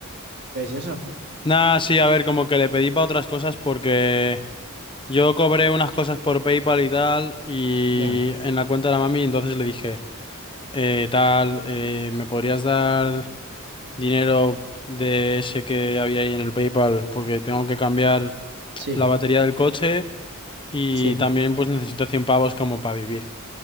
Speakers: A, on the right; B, on the left.
A: Entonces eso,
B: Nah, sí, a ver, como que le pedí para otras cosas porque... Yo cobré unas cosas por PayPal y tal, y
A: ya,
B: en la cuenta de la mami, entonces le dije, eh, tal, eh, ¿me podrías dar dinero de ese que había ahí en el PayPal? Porque tengo que cambiar
A: sí,
B: la batería del coche y
A: sí,
B: también pues necesito 100 pavos como para vivir.